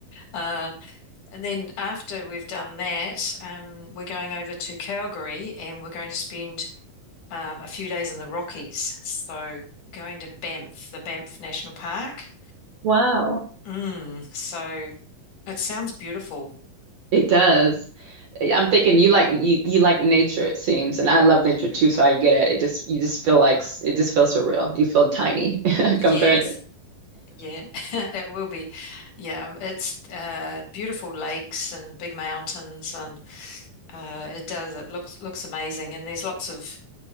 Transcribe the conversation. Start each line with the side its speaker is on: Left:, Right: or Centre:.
Left: Uh, and then after we've done that, um, we're going over to Calgary and we're going to spend um, a few days in the Rockies. So going to Banff, the Banff National Park.
Right: Wow,
Left: Mm, so it sounds beautiful.
Right: it does. I'm thinking you like you you like nature, it seems, and I love nature too. So I get it. It just you just feel like s- it just feels surreal. You feel tiny <laughs>
Left: Yes.
Right: compared to
Left: Yeah, <laughs> it will be. Yeah, um, it's uh, beautiful lakes and big mountains, and uh, it does. It looks looks amazing, and there's lots of